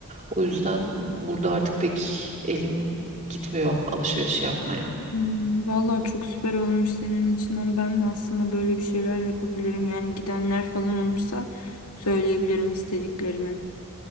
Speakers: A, on the right; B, on the left.
A: O yüzden burada artık pek elim gitmiyor alışveriş yapmaya.
B: Hmm, Valla çok süper olmuş senin açından. Ben de aslında böyle bir şeyler yapabilirim. Yani gidenler falan olursa söyleyebilirim istediklerimi.